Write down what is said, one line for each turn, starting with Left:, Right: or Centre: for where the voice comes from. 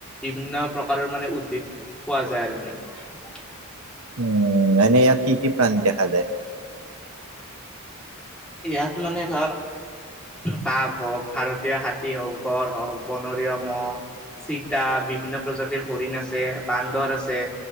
Centre: বিভিন্ন প্ৰকাৰৰ মানে উদ্ভিদ পোৱা যায় আৰু মানে
Right: উম এনেই ইয়াক কি কি প্ৰাণী দেখা যায়।
Centre: ইয়াত মানে ধৰ বাঘ হওক ভাৰতীয় হাতী হওক গড় হওক বনৰীয়া মহ চিতা বিভিন্ন প্ৰজাতিৰ হৰিণ আছে বান্দৰ আছে